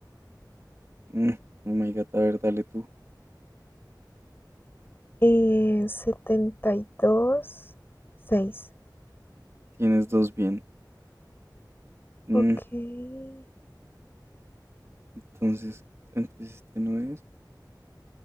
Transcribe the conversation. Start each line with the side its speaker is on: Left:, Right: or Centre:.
Right: Mm, Oh my god, a ver, dale tú.
Left: Eh, setenta y dos seis.
Right: Tienes dos bien. Mm,
Left: Ok. Un
Right: Entonces, entonces este no es.